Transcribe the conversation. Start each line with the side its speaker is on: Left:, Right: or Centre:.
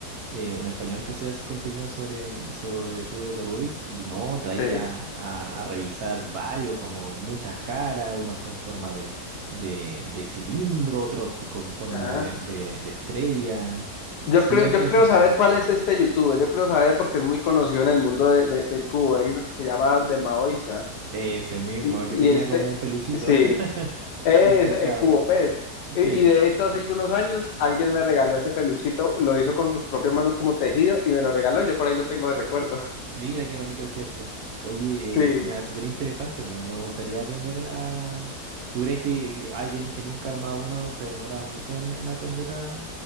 Right: eh, un español que hacía contenido sobre, sobre cubos de Rubik y no traía
Left: Sí.
Right: a, a revisar varios, como muchas caras, unos con forma de, de, de cilindro, otros con forma
Left: Ajá.
Right: de, de, de estrella. eh,
Left: Yo
Right: Súper
Left: creo,
Right: interesante.
Left: yo creo saber cuál es este youtuber, yo creo saber porque es muy conocido en el mundo de- de- del cubo, hay uno que se llama The Maoisa,
Right: Ese mismo,
Left: y,
Right: que
Left: y
Right: tenía
Left: este,
Right: como un peluchito
Left: sí,
Right: <laughs>
Left: es
Right: de un pecado.
Left: el cubo pez, y,
Right: Sí.
Left: y de hecho hace algunos años alguien me regaló ese peluchito, lo hizo con sus propias manos como tejido, y me lo regaló, y yo por ahí lo tengo de recuerdo,
Right: Mira qué bonito gesto. Oye,
Left: <laughs> sí,
Right: eh, mira, súper interesante. Me, me gustaría aprender a. ¿Tú crees que alguien que nunca ha armado uno se demora mucho en, en aprender a,